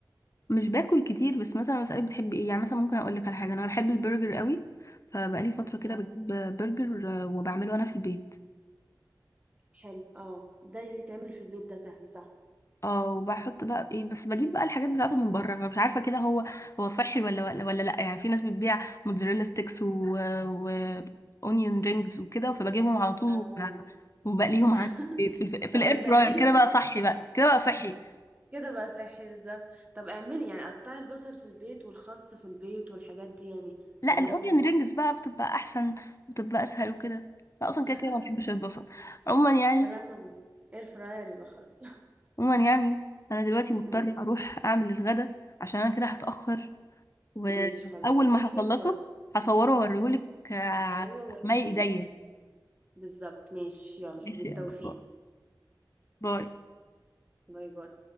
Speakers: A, on the left; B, on the right.
A: مش باكل كتير بس مثلا بسالك بتحبي ايه يعني مثلا ممكن اقول لك على حاجه انا بحب البرجر قوي فبقالي فتره كده
B: آه،
A: بجيب برجر آه، وبعمله انا في البيت
B: حلو اه ده يتعمل في البيت ده سهل صح
A: اه وبحط بقى ايه بس بجيب بقى الحاجات بتاعته من بره فمش عارفه كده هو هو صحي ولا ولا ولا لا يعني في ناس بتبيع موتزاريلا ستيكس و و اونيون رينجز وكده فبجيبهم على طول
B: اه
A: وب- وبقليهم
B: <laughs>
A: عندي في البيت في, الف...
B: طب
A: في الاير
B: ما تعملي
A: فراير كده
B: الحاجات
A: بقى صحي
B: دي
A: بقى كده بقى صحي
B: كده بقى صحي بالظبط طب اعملي يعني قطعي البصل في البيت والخس في البيت والحاجات دي يعني
A: لا
B: طماطم
A: الاونيون
B: و...
A: رينجز بقى بتبقى احسن بتبقى اسهل وكده لا
B: <laughs>
A: اصلا كده كده ما بحبش البصل عموما يعني
B: يا لما اير فراير يبقى خلاص <laughs>
A: عموما يعني انا دلوقتي مضطره
B: ماشي
A: اروح اعمل الغدا عشان انا كده هتاخر واول
B: ماشي خلاص
A: ما
B: روحي
A: هخلصه
B: و
A: هصوره واوريهولك آه، على
B: ايوه وريني
A: مي ايديا
B: بالظبط ماشي يلا
A: ماشي
B: بالتوفيق
A: يلا باي باي
B: باي باي